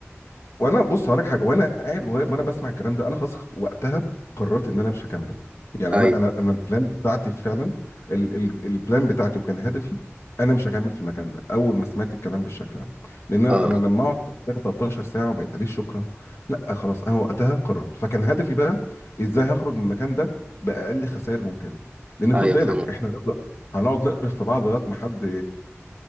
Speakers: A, on the left (about 65°); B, on the right (about 25°).
A: وانا بص هقول لك حاجه وانا قاعد وهي- وانا بسمع الكلام ده انا خلاص وقتها قررت ان انا مش هكمل يعني
B: اي
A: انا انا انا البلان بتاعتي فعلا ال ال البلان بتاعتي وكان هدفي انا مش هكمل في المكان ده اول ما سمعت الكلام بالشكل ده لان انا
B: اه
A: أنا لما اقعد 13 ساعه وما يتقاليش شكرا لا خلاص انا وقتها قررت فكان هدفي بقى ازاي هخرج من المكان ده باقل خسائر ممكنه لان
B: ايوه
A: خد بالك
B: فاهم
A: احنا هنفضل- هنقعد نقرف في بعض لغايه ما حد